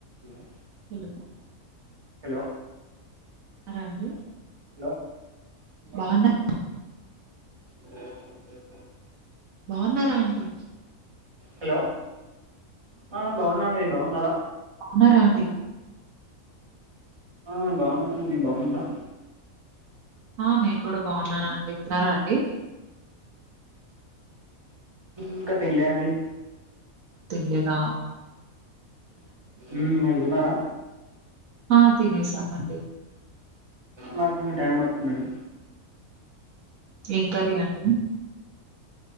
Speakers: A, on the right; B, on the right.
A: మ్మ్ హ్
B: ఎందుకు
A: హలో
B: ఆ రఘు
A: హలో
B: బాగున్నావా
A: అ
B: బాగున్నారా అండి
A: హలో ఆ బాగున్నాం మీరు బాగున్నారా
B: ఉన్నారా అండి
A: ఆ బాగున్న మేడమ్ మీరు బాగున్నారా
B: ఆ నేను కూడా బాగున్నానండి తిన్నారా అండి
A: ఇంకా తినలే అండి
B: తెలియదా
A: మ్ మీరు తిన్నారా
B: ఆ తినేసామండి
A: నాకు టైం పడుతుంది మేడమ్
B: ఏంకర్రి అండి